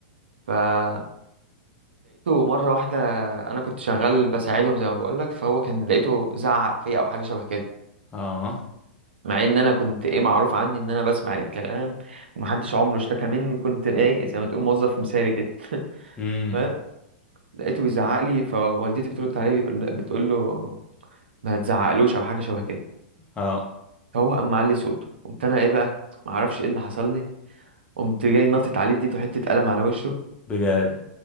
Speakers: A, on the right (about 75°); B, on the left (about 20°).
A: فلقيته مرة واحدة أنا كنت شغال بساعدهم زي ما بقولك فهو كان لقيته زعق فيا أو حاجة شبه كده
B: اه
A: مع ان انا كنت ايه معروف عني ان انا بسمع الكلام ومحدش عمره اشتكى مني وكنت ايه زي ما تقول موظف مثالي كده <laughs>
B: امم
A: فاهم لقيته بيزعق لي فوالدتي بترد عليه بيقول بتقول له ما تزعقلوش او حاجه شبه كده
B: اه
A: فهو قام معلي صوته قمت انا ايه بقى ما اعرفش ايه اللي حصل لي قمت جاي ناطط عليه اديته حته قلم على وشه
B: بجد